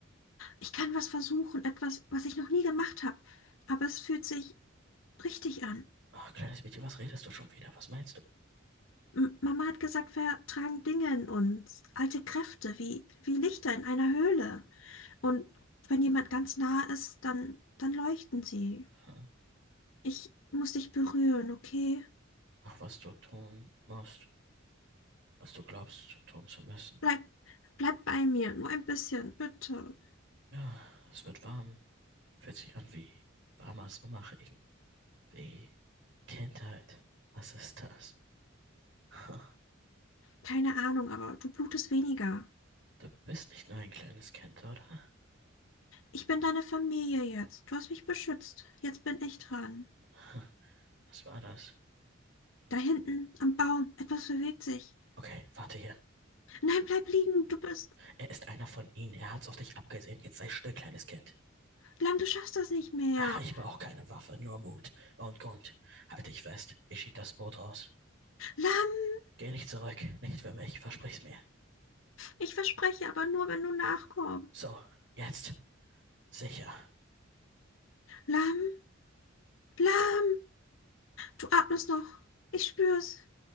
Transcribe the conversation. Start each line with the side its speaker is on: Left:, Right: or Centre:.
Left: Ich kann was versuchen, etwas, was ich noch nie gemacht habe, aber es fühlt sich richtig an.
Right: Ach, kleines Mädchen, was redest du schon wieder? Was meinst du?
Left: M Mama hat gesagt, wir tragen Dinge in uns, alte Kräfte, wie, wie Lichter in einer Höhle. Und wenn jemand ganz nah ist, dann, dann leuchten sie.
Right: Hm?
Left: Ich muss dich berühren, okay?
Right: Mach, was du tun musst, was du glaubst, tun zu müssen.
Left: Bleib, bleib bei mir, nur ein bisschen, bitte.
Right: Ja, es wird warm. Fühlt sich an wie warmer Sommerregen. Wie Kindheit. Was ist das? <laughs> Hm.
Left: Keine Ahnung, aber du blutest weniger.
Right: Du bist nicht nur ein kleines Kind, oder?
Left: Ich bin deine Familie jetzt. Du hast mich beschützt. Jetzt bin ich dran.
Right: <laughs> Hm. Was war das?
Left: Da hinten am Baum, etwas bewegt sich.
Right: Okay, warte hier.
Left: Nein, bleib liegen, du bist.
Right: Er ist einer von ihnen. Er hat's auf dich abgesehen. Jetzt sei still, kleines Kind.
Left: Lamm, du schaffst das nicht mehr.
Right: Ach, ich brauche keine Waffe, nur Mut und Grund. Halt dich fest. Ich schieb das Boot raus.
Left: Lamm,
Right: Geh nicht zurück. Nicht für mich. Versprich's mir.
Left: ich verspreche, aber nur, wenn du nachkommst.
Right: So, jetzt. Sicher.
Left: Lamm, Lamm, du atmest noch. Ich spür's.